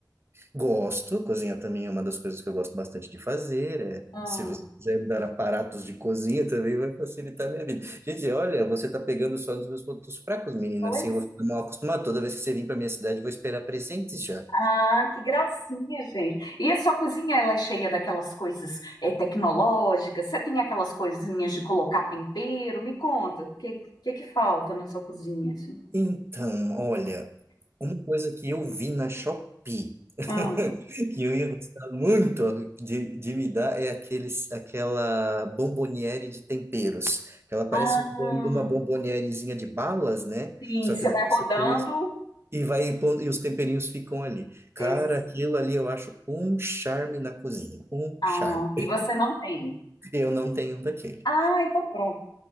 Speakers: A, on the right; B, on the left.
A: Gosto, cozinhar também é uma das coisas que eu gosto bastante de fazer. é.
B: Ah,
A: se você quiser me dar aparatos de cozinha, também vai facilitar a minha vida. Gente, olha, você está pegando só nos meus pontos fracos, menina.
B: pois.
A: Assim, eu vou ficar mal acostumado. Toda vez que você vir para minha cidade, eu vou esperar presentes já.
B: Ah, que gracinha, gente. E a sua cozinha, ela é cheia daquelas coisas eh, tecnológicas? Você tem aquelas coisinhas de colocar tempero? Me conta, o que, que que falta na sua cozinha, assim?
A: Então, olha, uma coisa que eu vi na Shopee, <laughs>
B: Ah,
A: que eu ia gostar muito de, de me dar, é aqueles, aquela bomboniere de temperos. Que ela parece
B: ah,
A: um bom- uma bombonierezinha de balas, né?
B: sim,
A: Só
B: você
A: que daí
B: vai rodando.
A: você põe os E vai impondo, e os temperinhos ficam ali. Cara,
B: ex-
A: aquilo ali eu acho um charme na cozinha, um
B: Ah,
A: charme.
B: e você não tem.
A: Eu não tenho um daquele.
B: Ah, então pronto.